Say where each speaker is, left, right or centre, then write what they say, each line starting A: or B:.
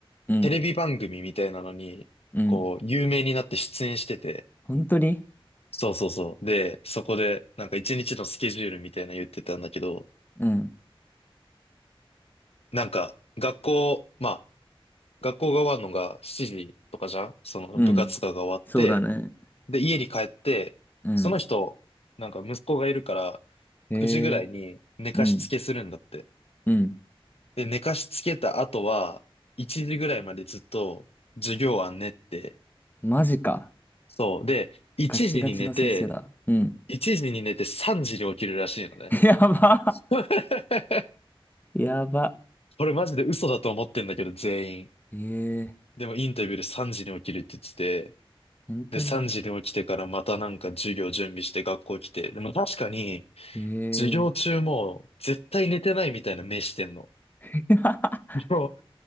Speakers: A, on the left (about 20°); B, on the left (about 85°).
A: うん。
B: テレビ番組みたいなのに、
A: うん。
B: こう、有名になって出演してて、
A: 本当に
B: そうそうそう。で、そこで、なんか一日のスケジュールみたいなの言ってたんだけど、
A: うん。
B: なんか、学校、まあ、学校が終わるのが7時とかじゃんその部活とかが終わって、
A: うん。そうだね。
B: で、家に帰って、
A: うん。
B: その人、なんか息子がいるから、
A: へえ。
B: 9時ぐらいに寝かしつけするんだって。
A: うん。うん。
B: で、寝かしつけた後は、1時ぐらいまでずっと授業は練って、
A: マジか。
B: そう。で、1時に寝て、
A: ガチガチの先生だ。うん。
B: 1時に寝て3時に起きるらしいのね。
A: <laughs> やば。
B: <laughs>
A: やば。
B: これマジで嘘だと思ってんだけど、全員。
A: へえ。
B: でもインタビューで3時に起きるって言ってて、
A: 本当に
B: で、3時に起きてからまたなんか授業準備して学校来て、でも確かに、
A: へ
B: 授業中も絶対寝てないみたいな目してんの。
A: え。<laughs>
B: も